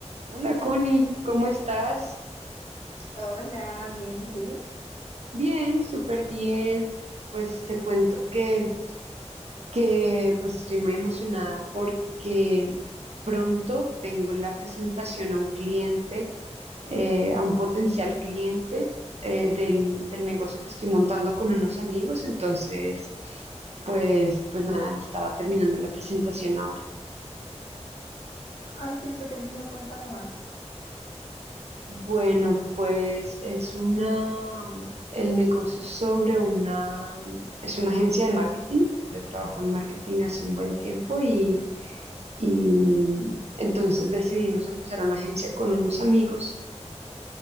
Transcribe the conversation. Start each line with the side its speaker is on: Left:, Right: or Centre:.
Right: Hola Connie, ¿cómo estás?
Left: Hola, bien, ¿y tú?
Right: Bien, súper bien. Pues te cuento que, que pues estoy muy emocionada porque pronto tengo la presentación a un cliente, eh, a un potencial cliente eh, del, del negocio que estoy montando con unos amigos. Entonces, pues, pues nada, estaba terminando la presentación ahora.
Left: Ay, qué entretenido, cuéntame más.
Right: Bueno, pues es una, mm, el negocio es sobre una, mm, es una agencia de marketing. Yo trabajo en marketing hace un buen tiempo y, y entonces decidimos empezar una agencia con unos amigos.